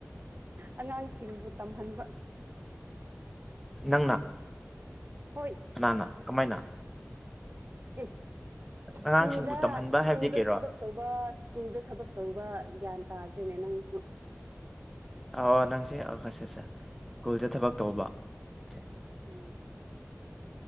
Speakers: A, on the right (about 40°); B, in the centre.
A: ꯑꯉꯥꯡꯁꯤꯡꯕꯨ ꯇꯝꯍꯟꯕ
B: ꯅꯪꯅ
A: ꯍꯣꯏ
B: ꯀꯅꯥꯅꯥ ꯀꯃꯥꯏꯅ
A: ꯑꯦ
B: ꯑꯉꯥꯡꯁꯤꯡꯕꯨ
A: ꯁ꯭ꯀꯨꯜꯗ
B: ꯇꯝꯍꯟꯕ
A: ꯁ꯭ꯀꯨꯜꯗ
B: ꯍꯥꯏꯕꯗꯤ ꯀꯩꯔꯣ
A: ꯊꯕꯛ ꯇꯧꯕ ꯁ꯭ꯀꯨꯜꯗ ꯊꯕꯛ ꯇꯧꯕ ꯒ꯭ꯌꯥꯟ ꯇꯥꯗ꯭ꯔꯤꯅꯦ ꯅꯪꯁꯨ
B: ꯑꯣ ꯅꯪꯁꯦ ꯑꯁꯥꯁꯥ ꯁ꯭ꯀꯨꯜꯗ ꯊꯕꯛ ꯇꯧꯕ ꯑꯣꯈꯦ
A: ꯎꯝ